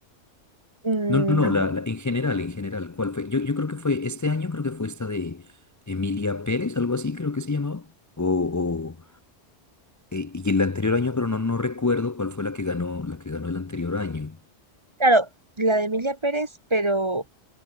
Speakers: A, on the right; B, on the left.
A: Mm,
B: No, no, no, la, la- en general, en general, ¿cuál fue? Yo, yo creo que fue este año, creo que fue esta de Emilia Pérez, algo así, creo que se llamaba. O, o, eh, y el anterior año, pero no, no recuerdo cuál fue la que ganó, la que ganó el anterior año.
A: claro, la de Emilia Pérez, pero